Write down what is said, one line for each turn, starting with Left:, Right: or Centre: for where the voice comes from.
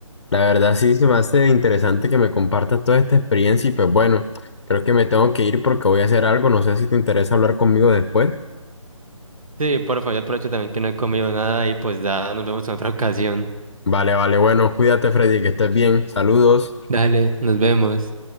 Left: la verdad sí se me hace interesante que me compartas toda esta experiencia y pues bueno, creo que me tengo que ir porque voy a hacer algo, no sé si te interesa hablar conmigo después.
Right: Sí, por favor, aprovecho también que no he comido nada y pues ya nos vemos en otra ocasión.
Left: Vale, vale, bueno, cuídate, Freddy, que estés bien, saludos.
Right: Dale, nos vemos.